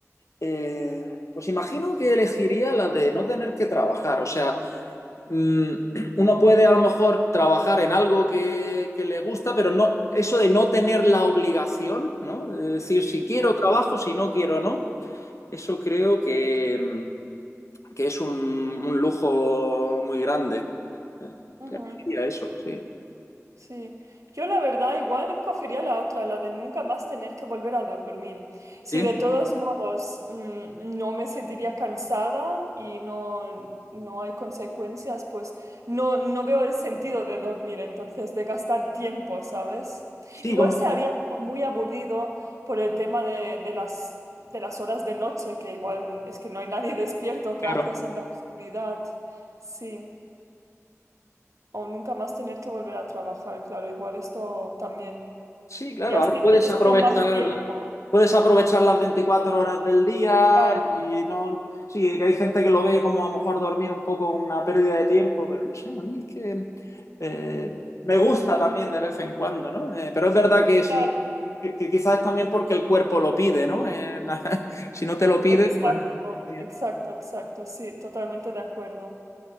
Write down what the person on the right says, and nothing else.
Ujú.
Ujú.
Sí, yo la verdad igual cogería la otra, la de nunca más tener que volver a dormir. Si
de todos modos mm, no me sentiría cansada y no, no hay consecuencias, pues no, no veo el sentido de dormir, entonces de gastar tiempo, ¿sabes?
Igual
se haría como muy aburrido por el tema de, de las, de las horas de noche, que igual es que no hay nadie <laughs> despierto, ¿qué
haces en la oscuridad? Sí. O nunca más tener que volver a trabajar, claro, igual esto también.
Y así
tienes
como más tiempo,
claro,
claro,
exacto,
exacto, exacto, sí, totalmente de acuerdo.